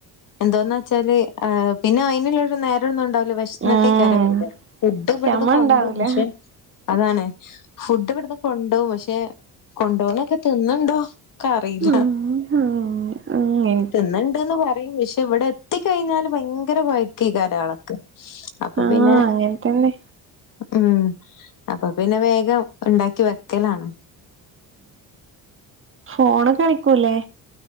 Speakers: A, on the left; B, on the right.
A: എന്തോന്നേച്ചാല് എഹ് പിന്നെ അയ്നുള്ള നേരം ഒന്നും ഉണ്ട ല്ല വെഷ്ന്ന്ട്ടേക്കാരം
B: ഉം
A: വ ഫുഡ് ഇവിടന്ന്
B: ക്ഷമ
A: കൊണ്ടോവും
B: ഉണ്ടാവൂല
A: പക്ഷെ അതാണ് ഫുഡ് ഇവിടുന്ന് കൊണ്ടോവും പക്ഷെ കൊണ്ടോന്നൊക്കെ തിന്ന്ണ്ടോ ഇക്ക അറിയില്ല
B: ഉം ഉം <unintelligible>
A: തിന്നൽണ്ട്ന്ന് പർ <unintelligible> ഇവടെ എത്തി കഴിഞാല് ഭയങ്കര കൊയ്ക്കേകാരോ അവക്ക് അപ്പ
B: ആഹ്
A: പിന്നെ
B: അങ്ങനെ തന്നെ
A: ഉം അപ്പൊ പിന്നെ വേഗം ഉണ്ടാക്കി വെക്കലാണ്
B: ഫോണി കളിക്കൂല്ലേ